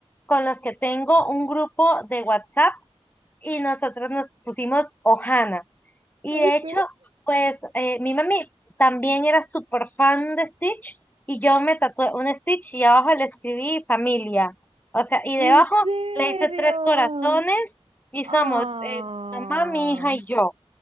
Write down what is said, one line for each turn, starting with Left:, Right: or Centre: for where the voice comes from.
Left: con los que tengo un grupo de WhatsApp y nosotros nos pusimos Ohana. Y
Right: ¿Viste?
Left: de hecho, pues eh, mi mami también era súper fan de Stitch y yo me tatué un Stitch y abajo le escribí familia. O sea, y debajo
Right: ¿En serio?
Left: le hice tres corazones y
Right: Ah,
Left: somos eh, mamá, mi hija y yo.